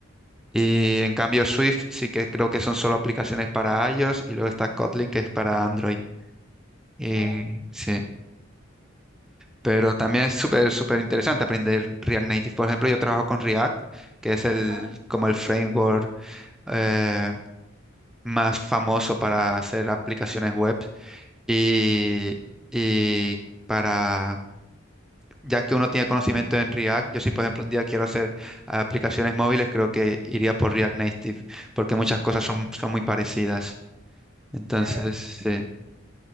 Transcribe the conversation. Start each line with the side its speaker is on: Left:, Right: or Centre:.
Centre: Y en cambio, Swift sí que creo que son solo aplicaciones para iOS y luego está Kotlin que es para Android. Y
Right: Claro,
Centre: sí, pero
Right: entiendo.
Centre: también es súper, súper interesante aprender React Native. Por ejemplo, yo trabajo con React, que es el,
Right: Ajá,
Centre: como el framework eh, más famoso para hacer aplicaciones web. Y, y para, ya que uno tiene conocimiento en React, yo si por ejemplo un día quiero hacer aplicaciones móviles, creo que iría por React Native, porque muchas cosas
Right: ok.
Centre: son, son muy parecidas. Entonces,
Right: Claro,
Centre: sí.